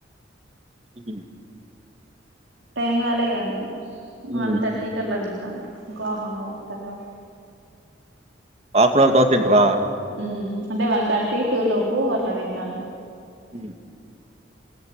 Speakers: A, on the right (about 35°); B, on the right (about 85°).
A: ఉమ్ హ్
B: టైం గాలే కదండి ఇంకా
A: హ్మ్.
B: వన్ థర్టీకి అట్లా తింటా ఇంకో ఆఫ్ ఆన్ హవర్ తర్వాత
A: ఆఫన్ అవర్ తరువాత తింటరా
B: ఉమ్ అంటే వన్ థర్టీ టూ లోపు అట్లా తింటాను
A: హ్